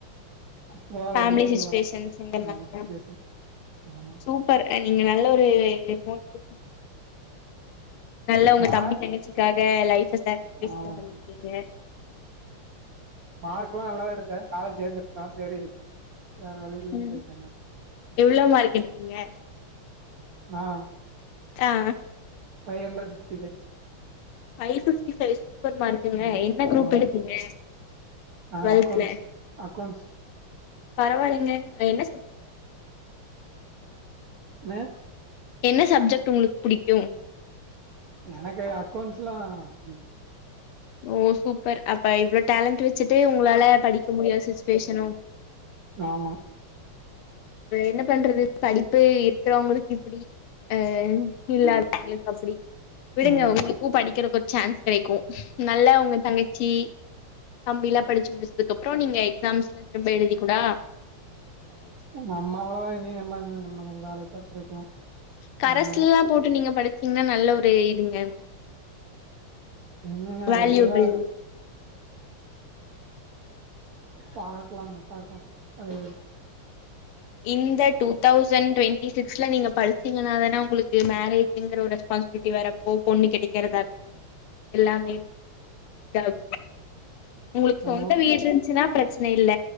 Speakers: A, on the right; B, on the left.
A: போக
B: ஃபேமிலி
A: வேண்டிய சூழ்நில
B: சுச்சுவேஷன்ஸ்ங்கறனாலயா
A: ஆமா சுச்சேஷன் ஆமா
B: சூப்பர் நீங்க நல்ல ஒரு மோட்டிவ் நல்லா உங்க
A: மா
B: தம்பி தங்கச்சிக்காக லைஃப் சாக்கரிபைஸ்
A: ஆமா
B: பண்ணிருக்கீங்க
A: மார்க் எல்லா நல்லாதா எடுத்த காலேஜ் சேர்ந்திருக்கலா சேரி வேற வழி இல்லன்னு
B: உம்
A: போயிட்டாங்க
B: எவ்ளோ மார்க் எடுதீங்க
A: நானா
B: ஆஹ்
A: five hundred fifty five
B: five fifty five super மார்க்குங்க
A: ஆமா
B: என்ன குரூப்
A: ஆமா
B: எடுத்தீங்க
A: ஆ
B: டுவல்த்
A: அக்கௌண்ட்ஸ்
B: ல
A: அக்கௌண்ட்ஸ்
B: பரவாலிங்க என்ன
A: யன்ன
B: என்ன சப்ஜெக்ட் உங்களுக்கு புடிக்கு
A: எனக்கு அக்கௌண்ட்ஸ்யெல்லா புடிக்கு
B: ஓ சூப்பர் அக் <unintelligible> டேலண்ட் வெச்சுட்டு உங்களால படிக்க முடியாத சுச்சுவேஷனோ
A: ஆமா
B: என்ன பண்றது படிப்பு இருக்கறவங்களுக்கு இப்டி அஹ் இல்லாதவங்களுக்கு அப்டி விடுங்க
A: ஆமா
B: உங்களுக்கு படிக்கிறகு ஒரு சான்ஸ் கெடைக்கு நல்லா உங்க தங்கச்சி தம்பில்லா படிச்சு முடிச்சதுக்கு அப்புறோ நீங்க எக்ஸாம்ஸ்ல்லா திரும்ப எழுதி கூடா
A: நம்மாள இனி அம்மா நம்ம வேலைப்பட்டு இருக்கல
B: கரஸ்லலா
A: நம்ம
B: போட்டு நீங்க படிச்சீங்கன்னா நல்ல ஒரு <inaudible>
A: எங்கங்க
B: வேல்யூபிள்
A: இதுல பாக்கலாங்க பாக்கலா அது
B: இந்த டூ தௌசண் டுவென்டி சிக்ஸ்ல நீங்க படிச்சீங்கனாதானே உங்களுக்கு மேரேஜுங்கற ஒரு ரெஸ்பான்சிபிலிட்டி வறப்போ பொண்ணு கெடைக்கிறத ஆக எல்லாமே இதாகு உங்களுக்கு
A: நம்ம
B: சொந்த வீடு இருந்துச்சின்னா பிரச்சனை இல்ல